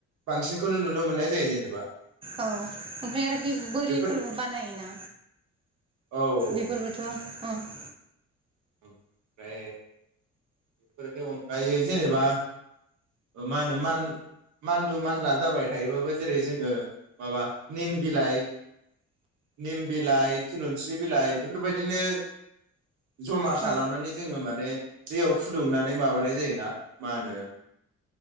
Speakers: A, on the right; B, on the right.
A: बांसिनखौनो नुनो मोननाय जायो जेनेबा
B: औ ओमफ्राय आरो बे बोरिफोरबो
A: बेफोर
B: बानायोना
A: औ औ
B: बेफोरबोथ ओं <inaudible>
A: ओमफ्राय फोरनि अनगायै जेनेबा ओ मा होनो मान मानलु मानला जाबाय थायोबाबो जेरै- जोंङो माबा निम बिलाइ निम बिलइ थुलुन सि बिलाइ बेफोरबायदिनो जमा खालामनानै
B: औ
A: जोङो माने दैयाव फुदुंनानै माबानाय जायोना। माहोनो